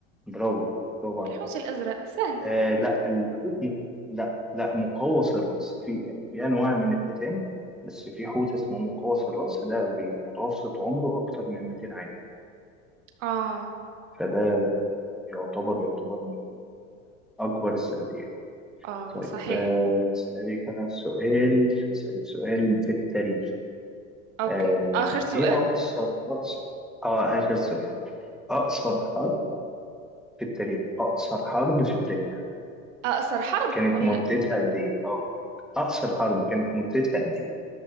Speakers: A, in the centre; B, on the right (about 70°).
A: برافو برافو عليك
B: الحوت الازرق سهله
A: آه، لا الحوت م... لا لا مقوس الرأس في في أنواع من الحيتان بس في حوت اسمه مقوس الرأس ده بمتوسط عمره أكتر من 200 عام
B: اه
A: فده يعتبر يعتبر من أكبر الثدييات
B: اه
A: طيب
B: صحيح
A: آه، هسألك أنا سؤال هسألك سؤال في التاريخ
B: اوكي
A: آه،
B: اخر سؤال
A: إيه أقصر أقصر آه آخر سؤال أقصر حرب في التاريخ أقصر حرب في التاريخ
B: آه، أثر حرب
A: كانت
B: ولا
A: مدتها قد إيه؟ أو أقصر حرب كانت مدتها قد إيه؟